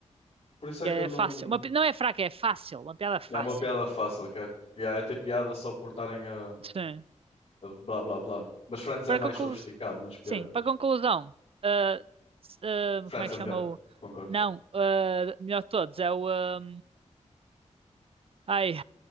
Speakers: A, on the left; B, on the right.
A: Por isso é
B: Que
A: que eu não,
B: é fácil. Uma pi- não é fraca, é fácil. Uma piada fácil.
A: é uma piada fácil, que é, yeah, é ter piada só por estarem a,
B: Sim.
A: a blá blá blá. Mas Friends é
B: Para
A: mais
B: conclu...
A: sofisticado nas piadas.
B: Sim, para conclusão, ah, s- ah,
A: Friends
B: como é
A: é
B: que
A: melhor,
B: chama o.
A: concordo.
B: Não, ah, melhor de todos, é o. ah, ai,